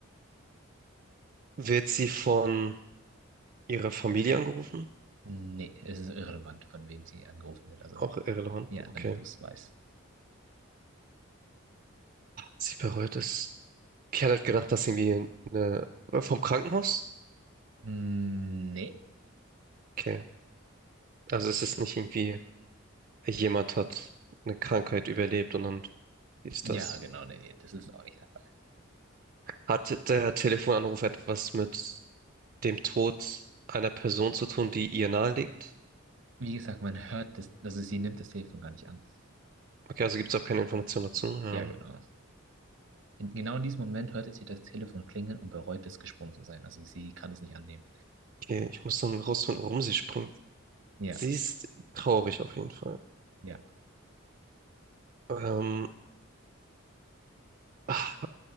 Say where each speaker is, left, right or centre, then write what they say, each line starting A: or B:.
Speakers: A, on the right; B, on the right.
A: Wird sie von ihrer Familie angerufen?
B: Nee, es ist irrelevant, von wem sie angerufen wird. Also,
A: Auch irrelevant,
B: ja,
A: okay.
B: damit du es weißt.
A: Sie bereut es. Ich hatte gedacht, dass irgendwie eine... Vom Krankenhaus?
B: Hm, Nee.
A: Okay, also es ist nicht irgendwie... jemand hat eine Krankheit überlebt und dann ist
B: Ja,
A: das.
B: genau, nee, nee, das ist auch nicht der Fall.
A: Hat der Telefonanruf etwas mit dem Tod einer Person zu tun, die ihr nahe liegt?
B: Wie gesagt, man hört das, also sie nimmt das Telefon gar nicht an.
A: Okay, also gibt es auch keine Information dazu. Ja.
B: Ja, genau. In, genau in diesem Moment hörte sie das Telefon klingeln und bereut es, gesprungen zu sein. Also sie kann es nicht annehmen.
A: Okay, ich muss dann rausfinden, warum sie springt.
B: Ja,
A: Sie ist traurig auf jeden Fall.
B: ja.
A: Ähm, ah,